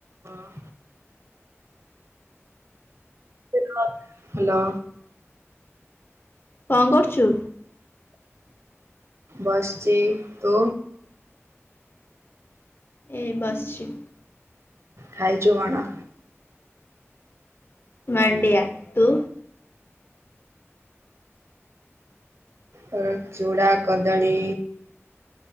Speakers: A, on the right; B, on the left.
A: ହଁ, <inaudible> ହେଲ!
B: କଁ କରୁଚୁ?
A: ବସଚି। ତୁ?
B: ଏଇ ବସ୍ଚି।
A: ଖାଇଛୁ କଣ?
B: ମଣ୍ଡିଆ, ତୁ?
A: ହୁଁ ଚୁଡ଼ା କଦଳୀ।